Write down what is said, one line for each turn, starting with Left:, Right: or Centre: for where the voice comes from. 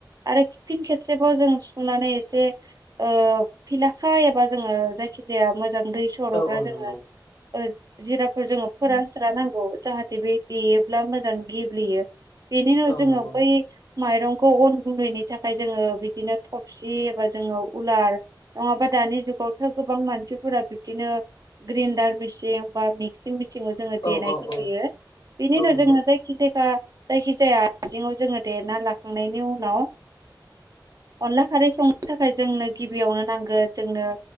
Right: आरो फिन खेबसेबाव जों सुनानै एसे ओ फिलाखा एबा जोङो जाय जायखि जाया मोजां दै सर'ग्रा
Left: औ औ
Right: जोङो
Left: नंगौ
Right: ओ जिराफोर जोङो फोरान सोर नांगौ जाहाथे बे देयोब्ला मोजां गेब्लेयो बेनि उनाव
Left: औ
Right: जोङो
Left: नंगौ
Right: बै
Left: नोंथां
Right: माइरं अन गुन्दैनि थाखाय जोङो बिदिनो थफसि एबा जोङो उलार नङाबा दानि जुग गावथार गोबां मानसिफोरा बिब्दिनो ग्रडार मिसिन बा मिक्सिं मेसिन सिङाव जोङो
Left: औ
Right: देनायखौ
Left: औ
Right: नुयो
Left: औ
Right: बिनि
Left: औ
Right: उनाव
Left: नंगौ
Right: जोङो जायखि जाया जायखि जाया आजेंङाव जोङो देना लाखांनायनि उनाव अनला खारै संनो थाखाय जोंनो गिबियावनो नांगोन जोंनो